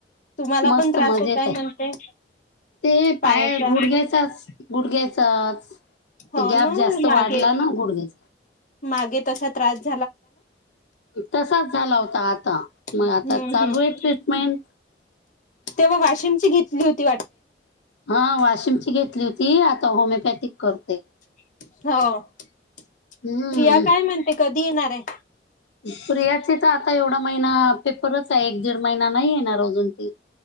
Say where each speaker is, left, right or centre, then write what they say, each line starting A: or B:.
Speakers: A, on the left (about 45°); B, on the left (about 80°).
A: तुम्हाला
B: मस्त
A: पण त्रास
B: मजेत
A: होताय म्हणते
B: आहे ते
A: पायाचा
B: पाया गुड घ्यायचाच गुडघ्यायचाच
A: हो
B: गॅप
A: ना
B: जास्त
A: मागे
B: वाढला ना गुडघ्यायचा
A: मागे तसा त्रास
B: तसाच झाला होता आता मग
A: हम्म
B: आता चालू
A: हम्म
B: आहे ट्रीटमेंट
A: तेव्हा वाशिमची घेतली होती
B: हा
A: <inaudible>
B: हम्म प्रियाचे तर आता एवढा महिना पेपरच आहे एक दीड महिना नाही आहे ना अजून ती